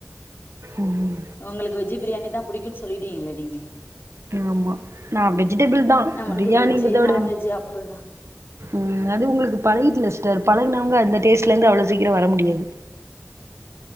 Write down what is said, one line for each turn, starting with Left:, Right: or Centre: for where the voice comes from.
Right: ம்
Left: ஒங்களுக்கு வெஜ்ஜு பிரியாணி தா புடிக்குன் சொல்லிட்டீங்ள நீங்க
Right: ஆமா நா வெஜிடெபிள் தா
Left: நம்மளுக்கு
Right: பிரியாணிங்கறத
Left: வெஜ்ஜு
Right: விட
Left: நான்வெஜ்ஜு அப்புல்லா
Right: ம் அது உங்ளுக்கு பழகிட்ல ஸ்டர் பழகுனவங்க அந்த டேஸ்ட்லந்து அவ்ளோ சீக்கிரோ வர முடியாது